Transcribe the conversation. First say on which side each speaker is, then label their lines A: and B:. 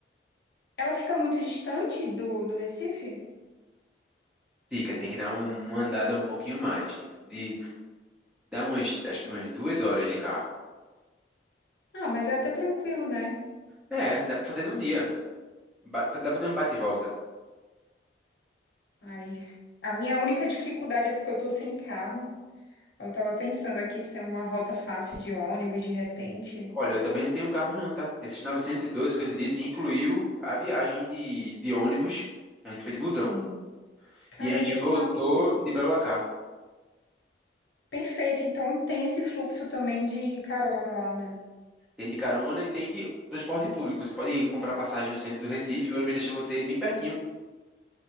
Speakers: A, on the left; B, in the centre.
A: Ela fica muito distante do, do Recife?
B: Fica, tem que dar um- uma andada um pouquinho mais, tipo, de dar umas, acho que umas duas horas de carro.
A: Ah, mas é até tranquilo, né?
B: É, assim, dá pra fazer num dia. Ba- Dá pra fazer um bate e volta.
A: Ai, a minha única dificuldade é porque eu tô sem carro. Eu tava pensando aqui se tem alguma rota fácil de ônibus de repente.
B: Olha, eu também não tenho carro não, tá? Esses 912 que eu te disse incluiu a viagem de, de ônibus. A gente foi de busão.
A: Sim. Caramba,
B: E a gente
A: que
B: voltou
A: massa.
B: de BlaBlaCar.
A: Perfeito. Então tem esse fluxo também de carona lá, né?
B: Tem de carona e tem de transporte público. Você pode comprar passagem no centro do Recife, o ônibus deixa você bem pertinho.